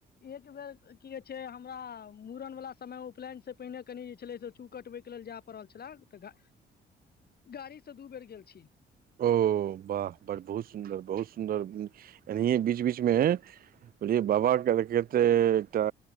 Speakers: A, on the left; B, on the right.
A: एक बेर की कहै छै हमरा मूड़न वाला समय उपनयन से पहिने कनि जे छलै से चू कटबै के लेल जाय पड़ल छलै तऽ गाड़ीसे दू बेर गेल छी।
B: ओ वाह बड़ बहुत सुन्दर बहुत सुन्दर एनाहियए बीच बीचमे बुझलए बाबा के केते एकटा